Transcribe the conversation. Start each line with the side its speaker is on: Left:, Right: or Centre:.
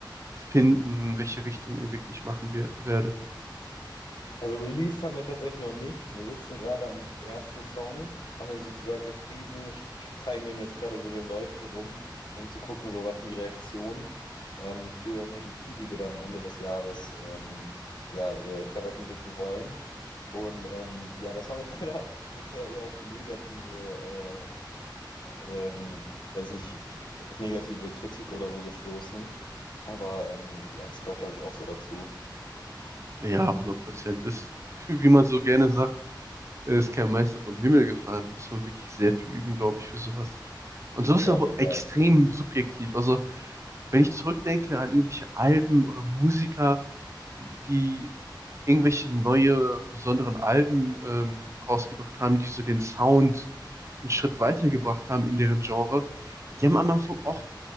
Right: finden, welche Richtung ihr wirklich machen wir, werdet.
Left: Also released haben wir tatsächlich noch nichts. Wir sitzen gerade am ersten Song, haben den sozusagen geschrieben, sch- zeigen den jetzt gerade so den Leuten rum, um zu gucken, so was sind die Reaktionen ähm, für eine EP, die wir dann Ende des Jahres ähm, ja, äh, veröffentlichen wollen. Und ähm, ja, der Song ist <laughs> leider bisher eher auf negative, äh, ähm, weiß nicht, auf negative Kritik oder so gestoßen. Aber ähm, ja, das gehört, glaube ich, auch so dazu.
Right: Ja, hundert Prozent. Ist, wie man so gerne sagt, ist kein Meister vom Himmel gefahren. Da muss man wirklich sehr viel üben, glaube ich, für sowas. Und sowas
Left: Ja,
Right: ist auch
Left: auf jeden
Right: extrem
Left: Fall.
Right: subjektiv. Also, wenn ich zurückdenke an irgendwelche Alben oder Musiker, die irgendwelche neue, besonderen Alben ähm, rausgebracht haben, die so den Sound einen Schritt weitergebracht haben in deren Genre, die haben am Anfang auch,